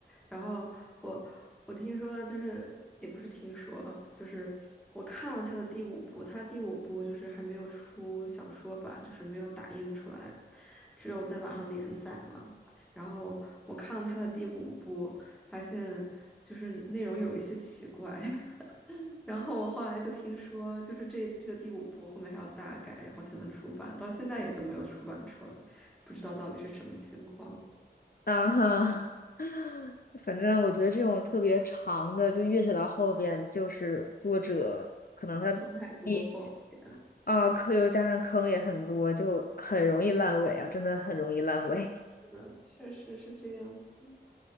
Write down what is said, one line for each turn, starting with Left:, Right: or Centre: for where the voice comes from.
Centre: 然后我我听说就是也不是听说，就是我看了他的第五部，他第五部就是还没有出小说版，就是没有打印出来，只有在网上连载嘛。然后我看了他的第五部，发现就是内容有一些奇怪。<laughs> 然后我后来就听说，就是这这个第五部后面还要大改，然后才能出版，到现在也都没有出版出来，不知道到底是什么情况，
Left: 啊哈。<laughs> 反正我觉得这种特别长的，就越写到后边，就是作者可能他
Centre: 坑太多不好填。
Left: 一啊坑又加上坑也很多，就很容易烂尾啊，真的很容易烂尾。
Centre: 是是的，
Left: <laughs>
Centre: 确实是这样子。